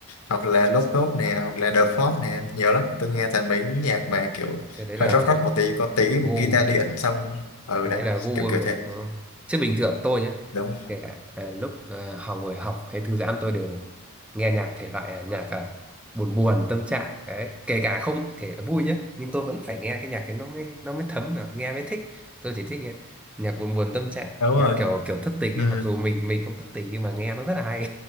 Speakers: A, on the left; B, in the centre.
A: hoặc là Lốp Lốp nè hoặc là The Frog nè nhiều lắm tôi nghe toàn mấy nhạc mà kiểu
B: thế đấy
A: hơi
B: là
A: rock rock một tí có tí
B: gu
A: một guitar điện xong ừ
B: Cái
A: đấy
B: đấy là gu
A: kiểu
B: âm
A: kiểu
B: nhạc
A: thế
B: đúng không? Chứ bình thường tôi nhé,
A: đúng
B: kể cả à, lúc à, học ngồi học hay thư giãn tôi đều nghe nhạc thể loại à, nhạc à, buồn buồn tâm trạng đấy, kể cả không kể cả vui nhé, nhưng tôi vẫn phải nghe cái nhạc ấy nó mới nó mới thấm được, nghe mới thích. Tôi chỉ thích nghe nhạc buồn buồn tâm trạng,
A: đúng
B: nhạc
A: rồi
B: kiểu kiểu thất tình
A: ừ,
B: ấy, mặc dù mình mình không thất tình nhưng mà nghe nó rất là hay.